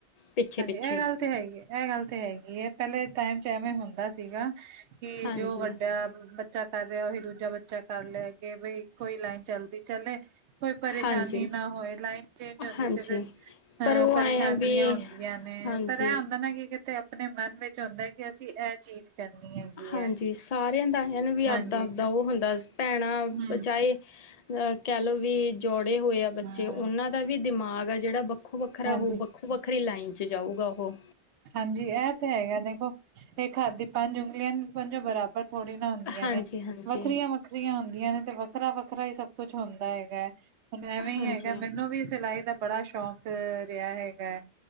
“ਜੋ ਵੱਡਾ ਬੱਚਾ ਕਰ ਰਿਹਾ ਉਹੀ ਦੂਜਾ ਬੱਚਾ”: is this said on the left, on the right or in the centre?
Right